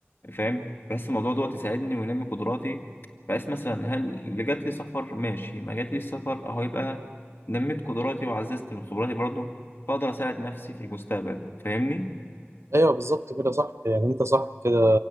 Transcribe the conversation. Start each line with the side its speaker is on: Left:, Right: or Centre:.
Left: فاهم بحس الموضوع دوت يساعدني وينمي قدراتي بحس مثلا هل اللي جات لي سفر ماشي ما جات لي سفر اهو يبقى نميت قدراتي وعززت من خبراتي برضه فاقدر اساعد نفسي في المستقبل فاهمني
Right: ايوه بالظبط كده صح يعني انت صح كده